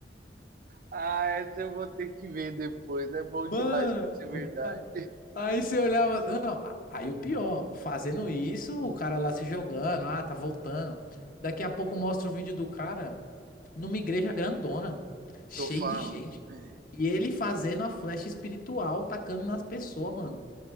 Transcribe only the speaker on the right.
Ah, essa eu vou ter que ver depois. É bom demais
pra ser verdade.
Tô falando.
É.